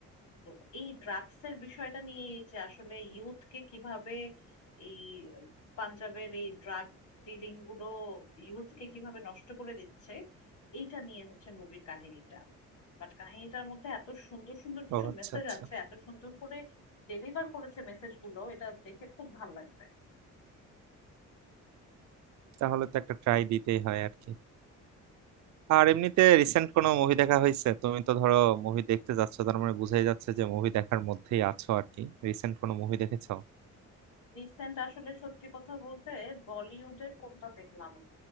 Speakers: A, on the left; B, on the right.
A: তো এই ড্রাগস এর বিষয়টা নিয়ে এই যে আসলে ইউথকে কিভাবে এই পাঞ্জাবের এই ড্রাগ ডিলিং গুলো ইউথকে কিভাবে নষ্ট করে দিচ্ছে এইটা নিয়ে হচ্ছে মুভির কাহিনীটা বাট কাহিনীটার মধ্যে এত সুন্দর সুন্দর কিছু
B: ও আচ্ছা
A: মেসেজ
B: আচ্ছা
A: আছে এত সুন্দর করে ডেলিভার করেছে মেসেজ গুলো এটা দেখে খুব ভালো লাগবে
B: তাহলে তো একটা ট্রাই দিতেই হয় আর কি আর এমনিতে রিসেন্ট কোনো মুভি দেখা হয়েছে তুমি তো ধরো মুভি দেখতে যাচ্ছ তার মানে বোঝাই যাচ্ছে যে মুভি দেখার মধ্যেই আছো আর কি রিসেন্ট কোনো মুভি দেখেছো
A: রিসেন্ট আসলে সত্যি কথা বলতে বলিউডের কোনটা দেখলাম